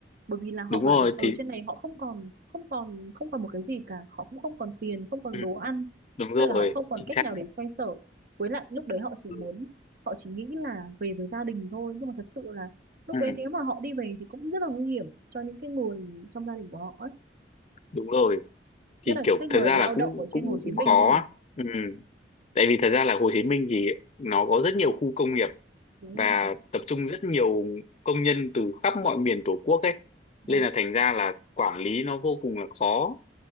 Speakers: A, on the right; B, on the left.
A: bởi vì là họ
B: đúng
A: bảo
B: rồi
A: là ở
B: thì
A: trên này họ không còn không còn không còn một cái gì cả họ cũng không còn tiền không còn
B: ừ,
A: đồ ăn
B: đúng rồi
A: hay là họ không còn
B: chính
A: cách
B: xác
A: nào để xoay sở với lại lúc đấy họ chỉ
B: ừ,
A: muốn họ chỉ nghĩ là về với gia đình thôi nhưng mà thật sự là lúc
B: ừ,
A: đấy nếu mà họ đi về thì cũng rất là nguy hiểm cho những cái người trong gia đình của họ ấy
B: đúng rồi
A: nhất
B: thì
A: là
B: kiểu
A: những cái người
B: thật ra
A: lao
B: là cũng
A: động ở trên
B: cũng
A: Hồ Chí
B: cũng
A: Minh
B: khó
A: nha anh nhỉ
B: á. ừ tại vì thật ra là Hồ Chí Minh thì nó có rất nhiều khu công nghiệp
A: đúng
B: và
A: rồi
B: tập trung rất nhiều công nhân từ khắp mọi miền Tổ quốc ấy
A: Đó.
B: nên là thành ra là quản lý nó vô cùng là khó